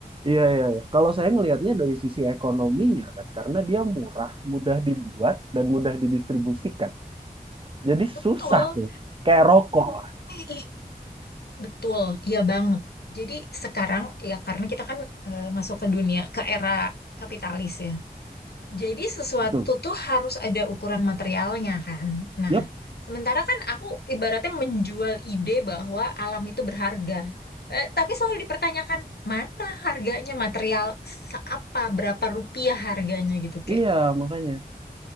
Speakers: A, on the right; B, on the left.
A: Iya, iya, iya. Kalau saya ngelihatnya dari sisi ekonominya kan, karena dia murah, mudah dibuat, dan mudah didistribusikan. Jadi
B: Betul.
A: susah tuh. Kayak rokok lah.
B: Eh, Betul, iya banget. Jadi sekarang ya karena kita kan eh, masuk ke dunia ke era kapitalis ya. Jadi sesuatu
A: Betul.
B: tuh harus ada ukuran materialnya kan. Nah,
A: Yap.
B: sementara kan aku ibaratnya menjual ide bahwa alam itu berharga. Ta- Tapi selalu dipertanyakan mana harganya material seapa berapa rupiah harganya gitu kayak
A: Iya, makanya.